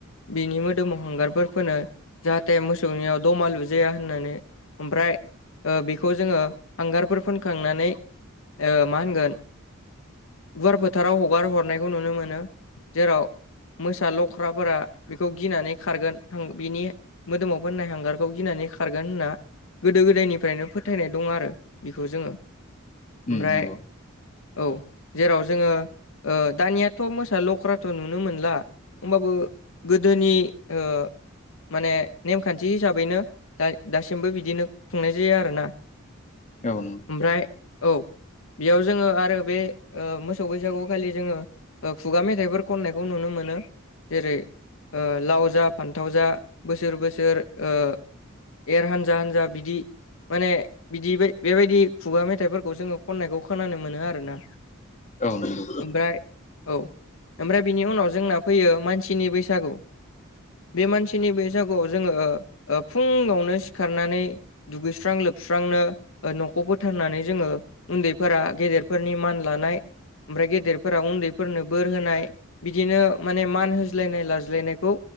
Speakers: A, on the left; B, on the left.
A: बिनि मोदोमाव हांगारफोर फोनो जाहाथे मोसौनियाव दमालुजाया होननानै ओमफ्राय ओ बेखौ जोङो हांगारफोर फोनखांनानै ओ मा होनगोन गुवार फोथाराव हगार हरनायखौ नुनो मोनो जेराव मोसा लख्राफोरा बेखौ गिनानै खारगोन आं बिनि मोदोमाव फोननाय हांगारखौ गिनानै खारगोन होनना गोदो-गोदायनिफ्रायनो फोथायनाय दं आरो बिखौ जोङो ओमफ्राय
B: उम नंगौ
A: औ जेराव जोङो ओ दानियाथ' मोसा ल'ख्राथ' नुनो मोनला होमबाबो गोदोनि ओ माने नेमखान्थि हिसाबैनो दा दासिमबो बिदिनो खुंनाय जायो आरोना
B: औ नों
A: ओमफ्राय औ बेयाव जोङो आरो बे ओ मोसौ बैसागु खालि जोङो ओ खुगा मेथाइफोर खननायखौ नुनो मोनो जेरै ओ लाव जा फान्थाव जा बोसोर-बोसोर ओ एर हान्जा-हान्जा बिदि माने बिदि बेबायदि खुगा मेथाइफोरखौ जोङो खननायखौ खोनानो मोनो आरोना।
B: औ नंगौ
A: ओमफ्राय औ ओमफ्राय बिनि उनाव जोंना फैयो मानसिनि बैसागु बे मानसिनि बै सागुआव जोङो ओ फुङावनो सिखारनानै दुगैस्रां-लोबस्रांनो ओ न'खौ फोथारनानै जोङो उन्दैफोरा गेदेरफोरनि मान लानाय ओमफ्राय गेदेरफोराव उन्दैफोरनो बोर होनाय बिदिनो माने मान होज्लायनाय लाज्लायनायखौ